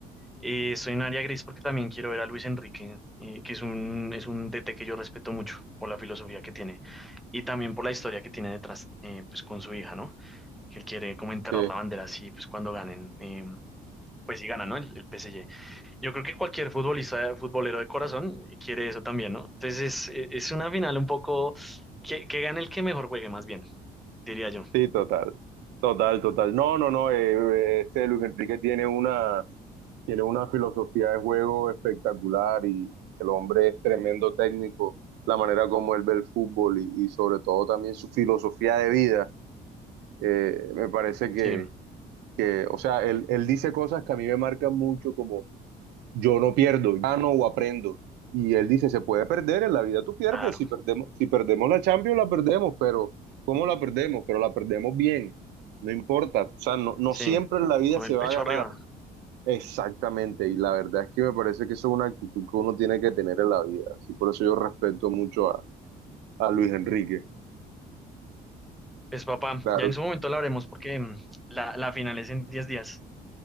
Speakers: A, in the centre; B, on the right.
A: eh, estoy en un área gris porque también quiero ver a Luis Enrique, eh, que es un, es un DT que yo respeto mucho por la filosofía que tiene y también por la historia que tiene detrás, eh, pues con su hija, ¿no? que quiere como enterrar
B: sí,
A: la bandera así, pues cuando ganen, eh, pues si gana ¿no? El, el PSG. Yo creo que cualquier futbolista, futbolero de corazón quiere eso también, ¿no? Entonces es, es una final un poco que, que gane el que mejor juegue, más bien, diría yo.
B: sí, total, total, total. No, no, no, eh, eh, este Luis Enrique tiene una, tiene una filosofía de juego espectacular y el hombre es tremendo técnico, la manera como él ve el fútbol y, y sobre todo también su filosofía de vida. eh, me parece que,
A: Sí,
B: que, o sea, él, él dice cosas que a mí me marcan mucho como yo no pierdo, gano o aprendo. Y él dice, se puede perder, en la vida tú pierdes,
A: claro,
B: si perdemos, si perdemos la Champions la perdemos, pero ¿cómo la perdemos? Pero la perdemos bien, no importa, o sea, no, no
A: sí,
B: siempre en la vida
A: con
B: se
A: el pecho
B: va a
A: arriba.
B: ganar. Exactamente, y la verdad es que me parece que eso es una actitud que uno tiene que tener en la vida, así por eso yo respeto mucho a, a Luis Enrique,
A: Pues papá,
B: claro.
A: ya en su momento la haremos porque mm, la, la final es en 10 días.